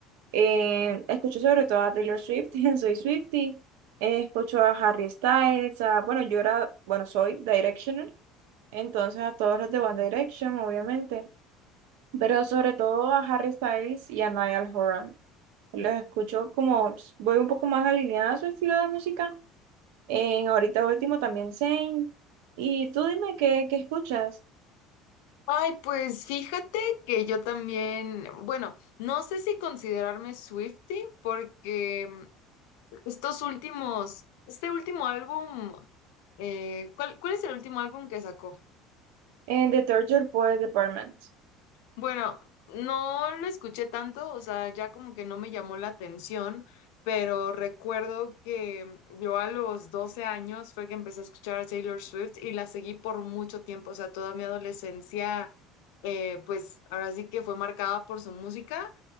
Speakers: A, on the right; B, on the left.
A: Eh, escucho sobre todo a Taylor Swift, <laughs> soy Swiftie, eh, escucho a Harry Styles, a- bueno, yo era, bueno, soy Directional, entonces a todos los de One Direction, obviamente, pero sobre todo a Harry Styles y a Niall Horan. Los escucho como, voy un poco más alineada a su estilo de música. En ahorita último también Zayn. Y tú dime qué, qué escuchas
B: Ay, pues fíjate que yo también, bueno, no sé si considerarme Swiftie porque mm, estos últimos, este último álbum, eh, ¿cuál, cuál es el último álbum que sacó?
A: en The Torture Poets Department.
B: Bueno, no lo escuché tanto, o sea, ya como que no me llamó la atención, pero recuerdo que mm, yo a los 12 años fue que empecé a escuchar a Taylor Swift y la seguí por mucho tiempo, o sea, toda mi adolescencia, eh, pues ahora sí que fue marcada por su música.